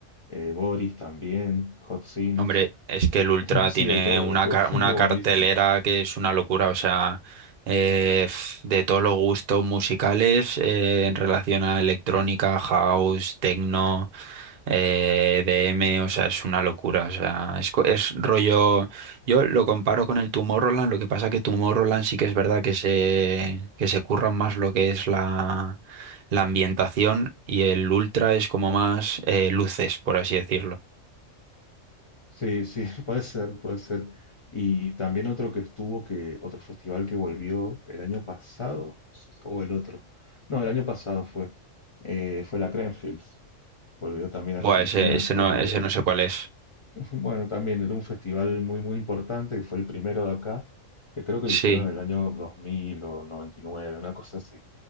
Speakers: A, on the left; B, on the right.
A: eh, Boris también, Hot Sims,
B: Hombre, es que el Ultra
A: <laughs> sí,
B: tiene
A: de todo,
B: una,
A: estuvo,
B: ca-
A: <laughs>
B: una
A: estuvo
B: cartelera
A: buenísimo.
B: que es una locura, o sea, eh, f- de todos los gustos musicales eh, en relación a electrónica, house, techno, eh, DM, o sea, es una locura, o sea, es, co- es rollo, yo lo comparo con el Tomorrowland, lo que pasa que Tomorrowland sí que es verdad que se, que se curran más lo que es la, la ambientación y el Ultra es como más eh, luces, por así decirlo.
A: Sí, sí, <laughs> puede ser, puede ser. Y también otro que estuvo, que otro festival que volvió el año pasado, no sé, o el otro. No, el año pasado fue, eh, fue la Creamfields. Volvió también a
B: Buah,
A: Argentina
B: ese, ese
A: después
B: no,
A: de,
B: ese no sé cuál es.
A: <laughs> bueno, también era un festival muy, muy importante, que fue el primero de acá, que creo que
B: Sí,
A: lo hicieron en el año dos mil o noventa y nueve, una cosa así.